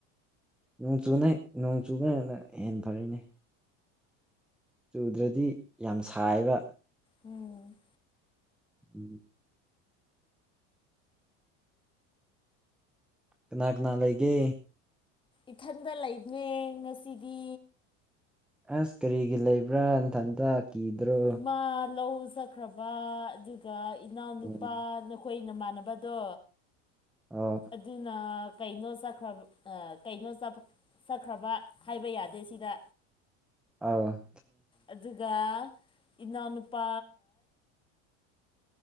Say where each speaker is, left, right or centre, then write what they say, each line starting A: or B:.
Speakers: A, in the centre; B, on the left.
A: ꯅꯣꯡ ꯆꯨꯅ ꯅꯣꯡ ꯆꯨꯒꯅꯅ ꯍꯦꯟꯅ ꯐꯔꯤꯅꯦ ꯆꯨꯗ꯭ꯔꯗꯤ ꯌꯥꯝ ꯁꯥꯏꯕ
B: ꯎꯝ
A: ꯎꯝ ꯀꯅꯥ ꯀꯅꯥ ꯂꯩꯒꯦ
B: ꯏꯊꯟꯗ ꯂꯩꯅꯦ ꯉꯁꯤꯗꯤ
A: ꯑꯁ ꯀꯔꯤꯒꯤ ꯂꯩꯕ꯭ꯔꯥ ꯏꯟꯊꯟꯇ ꯀꯤꯗ꯭ꯔꯣ
B: ꯏꯃꯥ ꯂꯧ ꯆꯛꯈ꯭ꯔꯕ ꯑꯗꯨꯒ ꯏꯅꯥꯎꯅꯨꯄꯥ
A: ꯎꯝ
B: ꯅꯈꯣꯏ ꯅꯃꯥꯟꯅꯕꯗꯣ
A: ꯑꯣ
B: ꯑꯗꯨꯅ ꯀꯩꯅꯣ ꯆꯠꯈ꯭ꯔꯕ ꯀꯩꯅꯣ ꯆꯠꯈ꯭ꯔꯕ ꯍꯥꯏꯕ ꯌꯥꯗꯦ ꯁꯤꯗ
A: ꯑ
B: ꯑꯗꯨꯒ ꯏꯅꯥꯎꯅꯨꯄꯥ